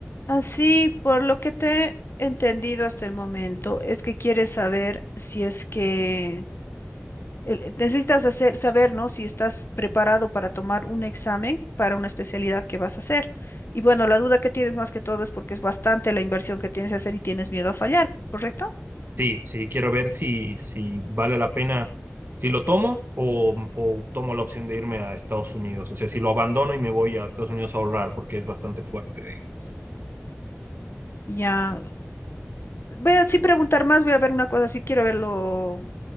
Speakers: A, on the left; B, on the right.
A: Así, por lo que te he entendido hasta el momento, es que quieres saber si es que el- necesitas hacer, saber, ¿no? Si estás preparado para tomar un examen para una especialidad que vas a hacer. Y bueno, la duda que tienes más que todo es porque es bastante la inversión que tienes que hacer y tienes miedo a fallar, ¿correcto?
B: Sí, sí, quiero ver si, si vale la pena, si lo tomo o, o tomo la opción de irme a Estados Unidos. O sea, si lo abandono y me voy a Estados Unidos a ahorrar, porque es bastante fuerte, digamos.
A: Ya, voy a, sin preguntar más, voy a ver una cosa, si quiero verlo